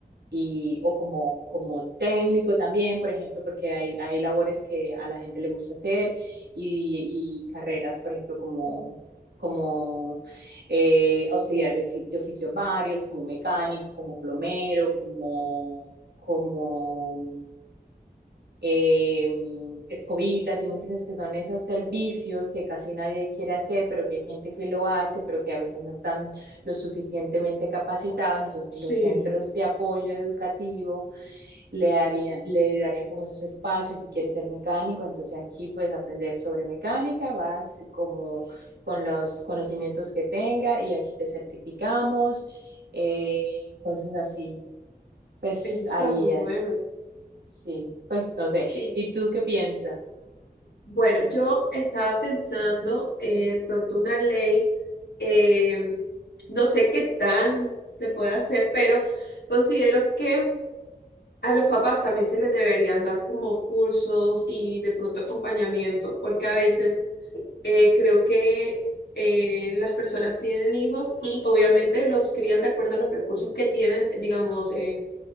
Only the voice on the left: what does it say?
Sí,
eso está
muy bueno.
sí.
Bueno, yo estaba pensando eh, de pronto una ley, eh, no sé qué tan se puede hacer, pero considero que A los papás también se les deberían dar como cursos y de pronto acompañamiento, porque a veces eh, creo que eh, las personas tienen hijos y obviamente los crían de acuerdo a los recursos que tienen, digamos, eh,